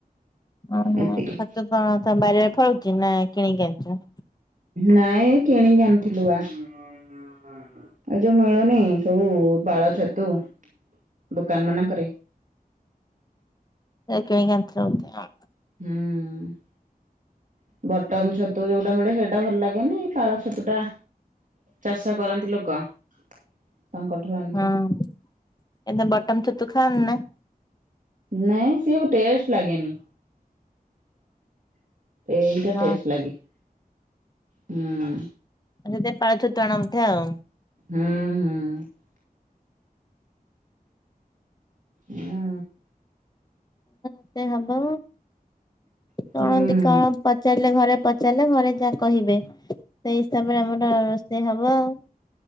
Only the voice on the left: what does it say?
ଓହୋ
ଛତୁ କଣ ତମ ବାରିଆଡେ ଫଳୁଛି ନା କିଣିକି ଆଣିଛ?
ଏ କିନିକି କୁ ଆଣିଥିଲୁ ଏମିତି ଆଉ।
ହଁ କିନ୍ତୁ ବଟନ ଛତୁ ଖାଅନି ନା?
ହଁ
ଆ ସେତେ ପାଳ ଛତୁ ଆଣନ୍ତି ଆଉ।
ରୋଷେଇ ହବ ଚଳନ୍ତି
କଣ? ପଚାରିଲେ ଘରେ ପଚାରିଲେ ଘରେ ଯାହା କହିବେ ସେଇ ହିସାବରେ ଆମର ରୋଷେଇ ହବ ଆଉ।